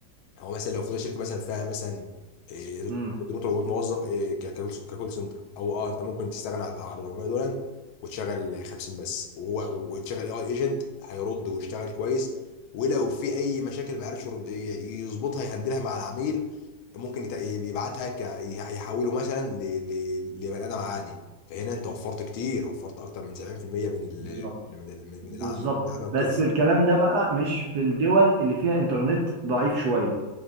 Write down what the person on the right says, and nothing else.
امم
بالظبط
بالظبط
بس الكلام ده بقى مش في الدول اللي فيها انترنت ضعيف شوية